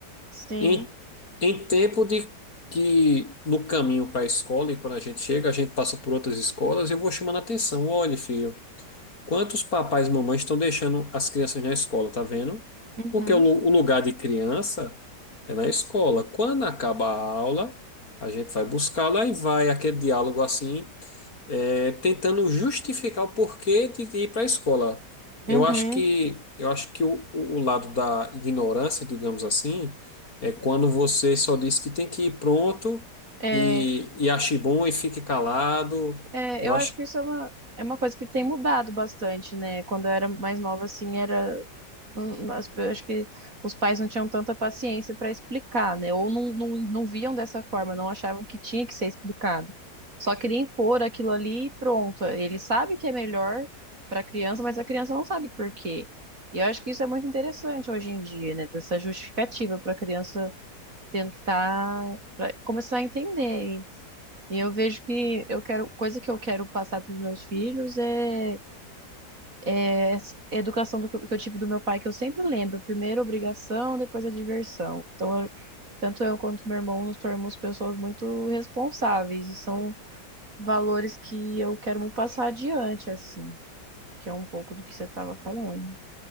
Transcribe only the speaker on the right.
sim.
uhum,
uhum.
É,
é,
eu acho
que isso é uma, é uma coisa que tem mudado bastante, né? Quando eu era mais nova, assim, era. Hum, as pe- acho que os pais não tinham tanta paciência para explicar, né? Ou não, não, não viam dessa forma, não achavam que tinha que ser explicado. Só queria impor aquilo ali e pronto. Ele sabe que é melhor para a criança, mas a criança não sabe por quê. E eu acho que isso é muito interessante hoje em dia, né? Dessa justificativa para a criança tentar pra começar a entender. E e eu vejo que eu quero, coisa que eu quero passar para os meus filhos é é, a educação do, que eu tive do meu pai, que eu sempre lembro. Primeiro a obrigação, depois a diversão. Então, eu- tanto eu quanto meu irmão nos tornamos pessoas muito responsáveis. E são valores que eu quero muito passar adiante, assim. Que é um pouco do que você estava falando.